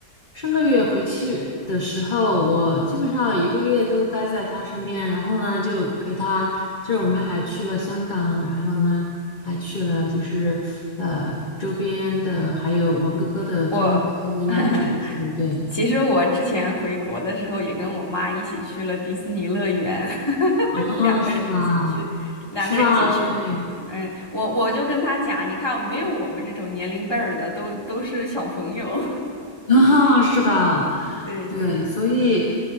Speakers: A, on the left; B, on the left.
A: 上个月回去的时候，我基本上一个月都待在他身边，然后呢就陪他，就是我们还去了香港，然后呢还去了就是呃周边的，还有我哥哥的他们待的那个城市，
B: 嗯，我 <laughs>
A: 对，
B: 其实我之前回国的时候也跟我妈一起去了迪士尼乐园，<laughs>
A: 啊，
B: 两个人一起去，
A: 是吧？
B: 两个人一起去。
A: 是吧？对，
B: 嗯，我我就跟她讲，你看没有我们这种年龄辈儿的，都都是小朋友。
A: <laughs> 啊，是的，
B: <laughs> 对，
A: 对，所以，